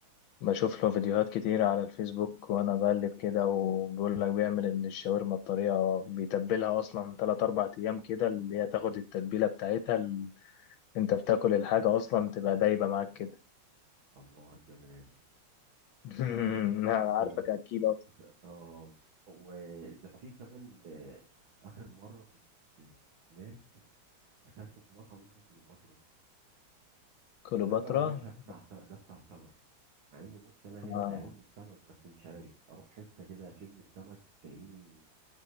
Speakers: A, on the left (about 80°); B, on the right (about 75°).
A: بشوف له فيديوهات كتير على الفيسبوك وأنا بقلب كده وبيقول لك بيعمل الشاورما بطريقة بيتبلها أصلا تلات أربع أيام كده اللي هي تاخد التتبيلة بتاعتها ال... أنت بتاكل الحاجة أصلا تبقى دايبة معاك كده
B: الله على الجمال
A: <laughs> أنا عارفك
B: <laughs>
A: أكيد أصلا
B: اه وده في كمان آه، اخر مره كنت آه، هناك اكلت في مطعم اسمه كليوباترا
A: كليوباترا
B: ده بقى يا باشا بتاع س- ده بتاع سمك مع ان بص انا هنا
A: آه.
B: زهقان من السمك بس مش عارف اروح حته كده اشم السمك تلاقيني